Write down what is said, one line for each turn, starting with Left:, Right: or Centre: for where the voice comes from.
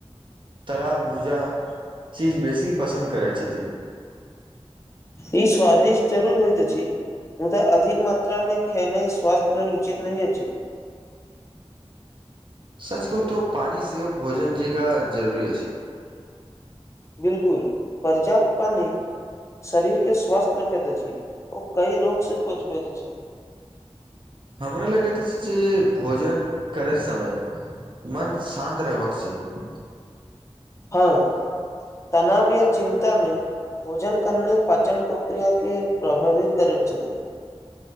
Right: तला भुजा चीज बेसी पसन्द करैत छथि।
Left: ई स्वादिष्ट जरूर होइत अछि। मुदा अधिक मात्रा मे खेनाइ स्वास्थ्य लेल उचित नहि अछि।
Right: सच कहू तो पानी सेहो भोजन जकाँ जरूरी अछि।
Left: बिल्कुल पर्याप्त पानी शरीर के स्वस्थ रखैत अछि। ओ कइ रोग से बचबैत अछि।
Right: हमरा लगैत अछि जे भोजन करैत समय मन शान्त रहबा कऽ चाही।
Left: हँ <inaudible> तनाव या चिन्ता में भोजन करने पाचन प्रक्रिया केँ प्रभावित करैत छथि।